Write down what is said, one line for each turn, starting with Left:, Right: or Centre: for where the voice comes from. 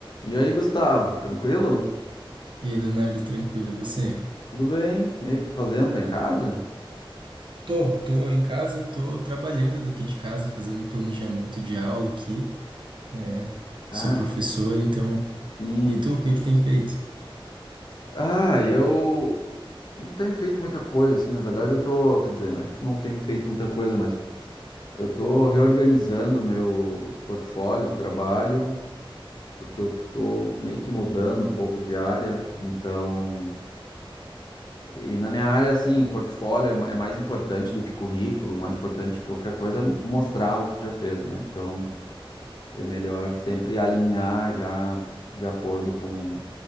Left: E aí, Gustavo, tranquilo?
Right: E aí, Leonardo, tranquilo, e você?
Left: Tudo bem? E aí, o que tá fazendo? Tá em casa?
Right: Tô, tô em casa, tô trabalhando daqui de casa, fazendo planejamento de aula aqui. É,
Left: Ah,
Right: sou professor, então.
Left: sim.
Right: E tu, o que que tem feito?
Left: Ah, eu não tenho feito muita coisa, assim, na verdade eu tô, quer dizer, não é que não tenho feito muita coisa, mas eu tô reorganizando meu portfólio de trabalho, porque eu tô meio que mudando um pouco de área, então, e na minha área, assim, portfólio é ma- é mais importante do que currículo, mais importante que qualquer coisa é mostrar o que tu já fez, né? Então, É melhor sempre alinhar já de acordo com,